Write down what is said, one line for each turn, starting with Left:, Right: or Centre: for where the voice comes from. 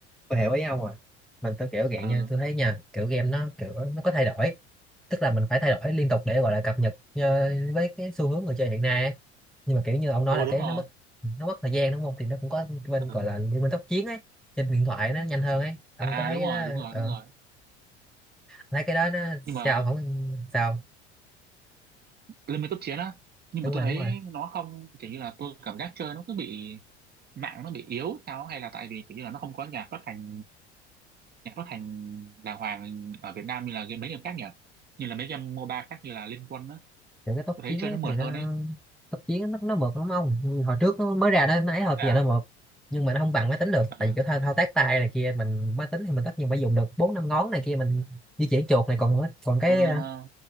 Centre: tôi hiểu ý ông rồi mình tôi kiểu dạng
Right: ừ
Centre: như tôi thấy nha kiểu game nó kiểu nó có thay đổi tức là mình phải thay đổi liên tục để gọi là cập nhật ờ, với cái xu hướng người chơi hiện nay ấy. nhưng mà kiểu như ông nói
Right: ừ
Centre: là cái
Right: đúng rồi
Centre: nó mất nó mất thời gian đúng không thì nó cũng có bên
Right: ừ.
Centre: gọi là như bên tốc chiến ấy trên điện thoại nó nhanh hơn ấy ông
Right: à
Centre: có thấy
Right: đúng
Centre: cái
Right: rồi
Centre: đó
Right: đúng rồi
Centre: ờ,
Right: đúng rồi
Centre: thấy cái đó nó sao
Right: nhưng mà
Centre: không sao
Right: lên mấy cấp chiến á nhưng
Centre: đúng
Right: mà tôi
Centre: rồi đúng
Right: thấy
Centre: rồi
Right: nó không kiểu như là tôi cảm giác chơi nó cứ bị mạng nó bị yếu sao á, hay là tại vì kiểu như là nó không có nhà phát hành nhà phát hành đàng hoàng ở Việt Nam như là game mấy game khác nhỉ như là mấy game MOBA khác như là Liên Quân á
Centre: những cái tốc
Right: tôi thấy
Centre: chiến
Right: chơi
Centre: ấy
Right: nó mượt
Centre: thì nó
Right: hơn ấy
Centre: tốc chiến nó nó mượt lắm ông hồi trước nó mới ra nó nó ấy hồi bây
Right: Thế à
Centre: giờ nó mượt nhưng mà nó không bằng máy tính được
Right: ừ,
Centre: tại vì cái thao, thao tác tay này kia mình máy tính thì mình tất nhiên phải dùng được bốn năm ngón này kia mình di chuyển chuột này còn còn cái
Right: ừ
Centre: ờ,
Right: mà